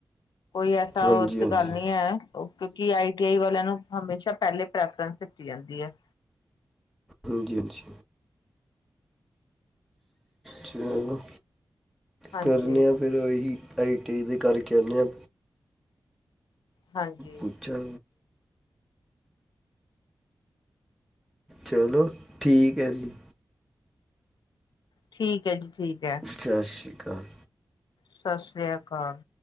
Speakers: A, on the left; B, in the centre.
A: ਕੋਈ ਐਸਾ
B: ਹਾਂਜੀ
A: ਹੋਰ ਚ
B: ਹਾਂਜੀ ਹਾਂਜੀ
A: ਗੱਲ ਨਹੀਂ ਹੈ ਕਿਉਂਕਿ ਆਈ ਟੀ ਆਈ ਵਾਲਿਆਂ ਨੂੰ ਹਮੇਸ਼ਾ ਸ਼ਾ ਪਹਿਲੇ ਪ੍ਰੈਫਰਾਂ ਦਿੱਤੀ ਜਾਂਦੀ ਹੈ
B: ਹਾਂਜੀ ਹਾਂਜੀ ਚਲੋ
A: ਹਾਂਜੀ
B: ਕਰਨ ਆ ਫੇਿਰ ਉਹੀ ਆਈ ਟੀ ਦੀ ਕਰਕੇਦੇ ਹਾਂ
A: ਹਾਂਜੀ
B: ਪੁੱਛਾ ਚਲੋ ਠੀਕ ਹੈ ਜੀ
A: ਠੀਕ ਹੈ ਜੀ ਠੀਕ ਹੈ
B: ਸਤਿ ਸ਼੍ਰੀ ਅਕਾਲ
A: ਸਤਿ ਸ੍ਰੀ ਅਕਾਲ